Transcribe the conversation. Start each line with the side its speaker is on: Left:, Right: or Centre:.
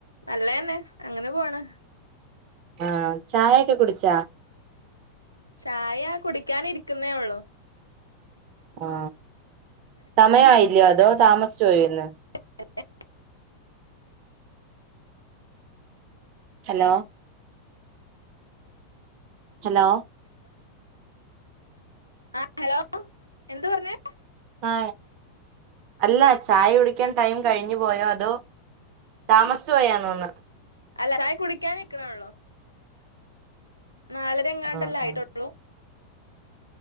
Left: നല്ലയെന്നെ അങ്ങനെ പോണ്
Right: ആ ചായ ഒക്കെ കുടിച്ചാ
Left: ചായ കുടിക്കാൻ ഇരിക്കുന്നേ ഒള്ളൂ
Right: ആ സമയം ആയി ഇല്ല അതോ താമസിച്ചു പോയോ ഇന്ന്
Left: <inaudible>
Right: ഹലോ ഹലോ
Left: ആ ഹലോ എന്തു പറഞ്ഞേ
Right: ആ അല്ല ചായ കുടിക്കാൻ ടൈം കഴിഞ്ഞു പോയോ അതോ താമസ്ച്ചു പോയാന്ന് തോന്ന്ണ്
Left: അല്ല ചായ കുടിക്കാൻ നിക്ക്ണോള്ളു നാലര എങ്ങാണ്ടല്ലേ
Right: ആഹ്
Left: ആയിട്ടൊള്ളു
Right: ആഹ്